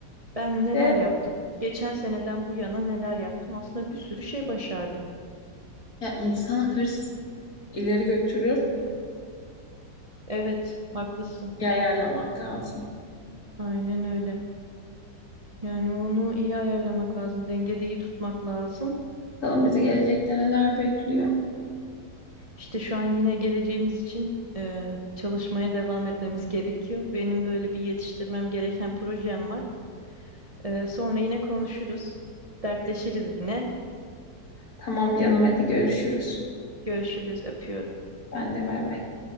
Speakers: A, on the right; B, on the left.
A: Ben neler
B: De
A: yaptım? Geçen seneden bu yana neler yaptım? Aslında bir sürü şey başardım.
B: ya insana hırs ileri götürür.
A: Evet, haklısın.
B: Bir ayarlamak lazım.
A: Aynen öyle. Yani onu iyi ayarlamak lazım, dengede iyi tutmak lazım.
B: Bakalım bizi gelecekte neler bekliyor.
A: İşte şu an yine geleceğimiz için eee, çalışmaya devam etmemiz gerekiyor. Benim böyle bir yetiştirmem gereken projem var. Ee, sonra yine konuşuruz. Dertleşiriz yine.
B: Tamam canım hadi görüşürüz.
A: Görüşürüz. Öpüyorum.
B: Ben de bay bay.